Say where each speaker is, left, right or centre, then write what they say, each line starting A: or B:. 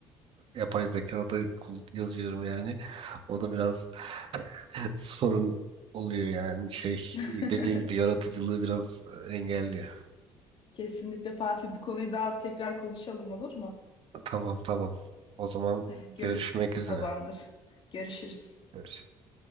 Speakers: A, on the right; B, on the left.
A: e, yapay zekada kul- yazıyorum yani. O da biraz <laughs> sorun oluyor yani şey
B: <laughs>
A: dediğin gibi yaratıcılığı biraz e, engelliyor.
B: Kesinlikle Fatih bu konuyu daha tekrar konuşalım olur mu?
A: Tamam tamam. O zaman
B: <laughs> Gör
A: görüşmek üzere.
B: Tamamdır. Görüşürüz.
A: Görüşürüz.